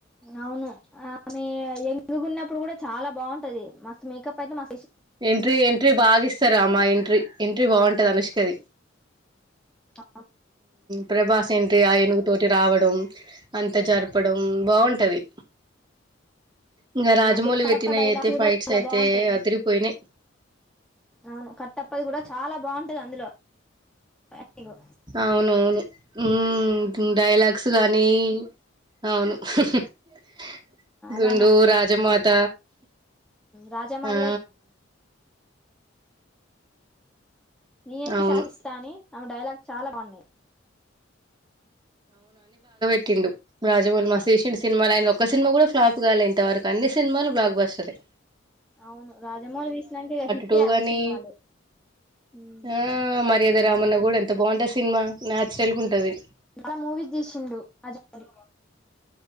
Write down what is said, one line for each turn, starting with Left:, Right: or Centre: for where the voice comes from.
Centre: అవును ఆమె ఎంగగున్నప్పుడు కూడా చాలా బాగుంటది మస్తు మేకప్ అయితే మ
Right: ఎంట్రీ ఎంట్రీ బాగా ఇస్తారు అమ్మా ఎంట్రీ ఎంట్రీ బాగుంటది అనుష్కది
Centre: ఆ
Right: ప్రభాస్ ఏంట్రి ఆ ఎనుగు తటి రావడం అంత జరపడం బాగుంటది ఇంకా రాజమౌళి
Centre: అందులో కడప
Right: పెట్టిన
Centre: డైలాగ్స్
Right: అయితే
Centre: కూడా
Right: ఫైట్స్
Centre: చాలా
Right: అయితే
Centre: బాగుంటాయి
Right: అదిరిపోయినాయి
Centre: అవును కట్టప్పది కూడా చాలా బాగుంటది అందులో యాక్టింగు
Right: అవునవును హ్మ్ డైలాగ్స్ గానీ అవును గు గుండూ
Centre: రణ
Right: రాజమాత
Centre: రాజా మాధగాయి
Right: ఆ
Centre: నేనే
Right: అవును
Centre: శాసిస్తా అని ఆమె డైలాగ్ చాలా బాగున్నాయి
Right: రెండు రాజమౌల్ మాస్షియన్ సినిమాలు ఆయన ఒక సినిమా కూడా ఫ్లాపు గాలేదు ఇంతవరకు అన్ని సినిమాలు బ్లాక్ బస్టర్ ఏ
Centre: అవును రాజమౌహి తీశినంనికి ఇక హిట్టే
Right: టూ
Centre: అవి
Right: గాని
Centre: సినిమాలు మ్మ్
Right: ఆ మర్యాద రామన్న కూడా ఎంత బాగుంటు సినిమా న్యచురల్ గా ఉంటుది
Centre: చాల మూవీస్ తీసిండు రాజమౌళి